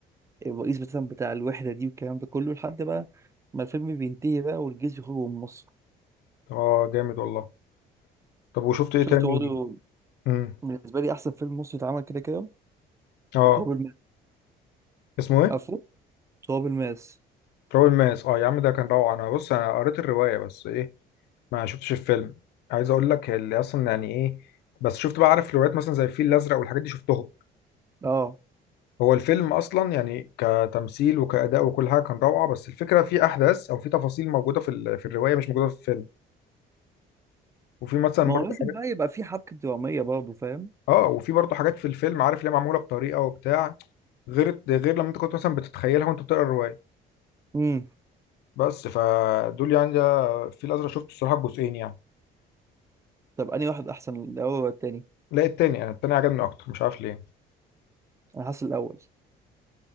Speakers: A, on the right; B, on the left.
A: الرئيس مثلا بتاع الوحدة دي والكلام ده كله لحد بقى ما الفيلم بينتهي بقى والجيش يخرج من مصر
B: اه جامد والله طب وشفت ايه
A: شفت
B: تاني
A: برضه
B: امم
A: بالنسبة لي أحسن فيلم مصري اتعمل كده كده
B: اه
A: تراب الماس
B: اسمه ايه
A: عفوا تراب الماس
B: تراب الماس اه يا عم ده كان روعه انا بص انا قريت الروايه بس ايه ما شفتش الفيلم عايز اقول لك اللي اصلا يعني ايه بس شفت بقى عارف روايات مثلا زي الفيل الازرق والحاجات دي شفتهم
A: اه
B: هو الفيلم اصلا يعني كتمثيل وكاداء وكل حاجه كان روعه بس الفكره في احداث او في تفاصيل موجوده في ال- في الروايه مش موجوده في الفيلم وفي مثلا
A: ما
B: برضه
A: هو لازم
B: حاجات
A: بقى يبقى في حبكة درامية برضه فاهم
B: اه وفي برضه حاجات في الفيلم عارف ليه معموله بطريقه وبتاع غير غير لما انت كنت مثلا بتتخيلها وانت بتقرا الروايه
A: امم
B: بس فدول يعني ده الفيل الازرق شفته الصراحه جزئين يعني
A: طب أنهي واحد أحسن الأول ولا التاني؟
B: لا التاني يعني التاني عجبني اكتر مش عارف ليه
A: أنا حاسس الأول